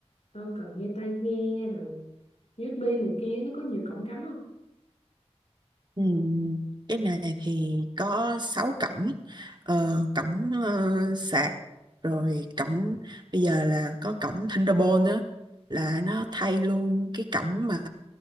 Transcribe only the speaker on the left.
tao cần nghe tai nghe rồi USB này kia nó có nhiều cổng cắm không?